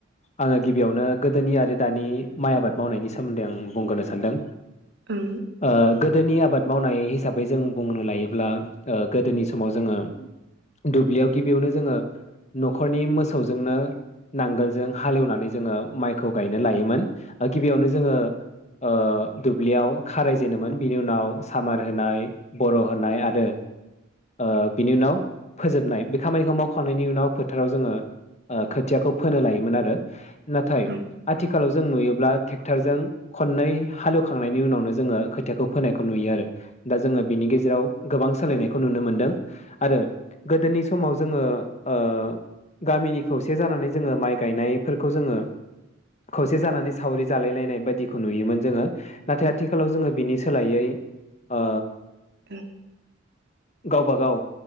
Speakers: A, on the left; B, on the right.
A: आंङो गिबियावनो गोदोनि आरो दानि माइ आबाद मावनायनि सोमोन्दै आं बुंग्रोनो सानदों।
B: ओं
A: ओ गोदोनि आबाद मावनाय हिसाबै जों बुंनो लायोब्ला ओ गोदोनि समाव जोङो दुब्लियाव गिबियावनो जोङो नखरनि मोसौजोंनो नांगोलजों हालेवनानै जोङो माइखौ गायनो लायोमोन गिबियावनो जोङो ओ दुब्लियाव खाराय जेनोमोन बिनि उनाव सामार होनाय बर होनाय आरो ओ बिनि उनाव फोजोबनाय बे खामानिखौ मावखांनायनि उनाव फोथाराव जोङो ओ खोथियाखौ फोनो लायोमोन आरो नाथाय
B: ओं
A: आथिखालाव जों नुयोब्ला टेक्टरजों खननै हालेवखांनायनि उनावनो जोङो खोथियाखौ फोनायखौ नुयो आरो दा जोङो बिनि गेजेराव गोबां सोलायनाय खौ नुनो मोनदों आरो गोदोनि समाव जोङो ओ गामिनि खौसे जानानै जोङो माइ गायनायफोरखौ जोङो खौसे जानानै सावरि जालाय लायनाय बायदिखौ नुयोमोन जोङो नाथाय आथिखालाव जोङो बिनि सोलायै ओ
B: ओम
A: गावबा-गाव,